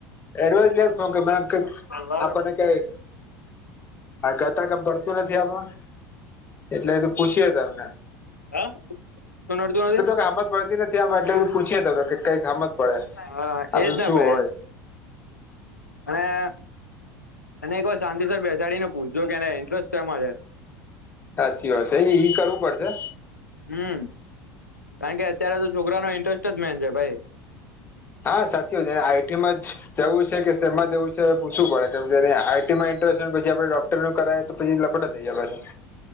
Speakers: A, on the left (about 25°); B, on the left (about 80°).
A: એડવાઇઝ
B: શું?
A: લે કો <unintelligible>
B: હા?
A: આપણને કાય આ ગતાગમ પડતું નથી આમાં એટલે તો પૂછીયે તમને?
B: હા, શું નડતું નથી?
A: હામજ પડતી નથી આમા એટલે તો પૂછીએ તમને કઈક હમજ પડે
B: હા
A: આ બધું
B: એજ ને
A: શું
B: ભાઈ
A: હોય?
B: અને એને એક વાર શાંતિસર બેસાડીને પૂછજો કે એને ઇન્ટરેસ્ટ શેમાં છે
A: સાચી વાત છે ઈ ઈ કરવું પડશે
B: હમ કારણ કે, અત્યારે તો છોકરાનો ઇન્ટરેસ્ટ જ મેન છે ભાઈ.
A: હા સાચી વાત છે આઈ ટી માં જ જવું છે કે સેમાં જવું છે હવે પૂછવું પડે કેમકે એને આઈ ટી માં ઇન્ટરેસ્ટ પછી આપણે ડો ઇન્ટરવ્યૂવું કરાય તો પછી લપડા થઈ જાય પાછા